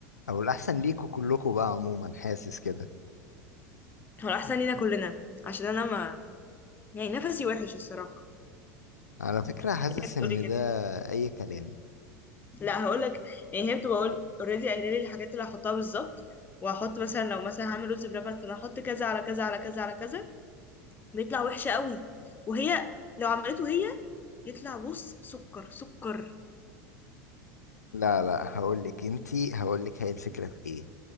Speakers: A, on the left; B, on the left.
A: او الاحسن ليكوا كلكوا بقى عموما حاسس كده
B: هو الاحسن لينا كلنا عشان انا ما يعني نفسي وحش الصراحة
A: على فكرة حاسس
B: بتقولي
A: ان
B: كده
A: ده اي كلام
B: لا هقول لك يعني هي بتبقى قول اوريدي قايله لي الحاجات اللي هحطها بالظبط وهحط مثلا لو مثلا هعمل رز بلبن فانا هحط كذا على كذا على كذا على كذا بيطلع وحش قوي وهي لو عملته هي يطلع بص سكر سكر
A: لا لا هقول لك انتي هقول لك هي الفكرة في ايه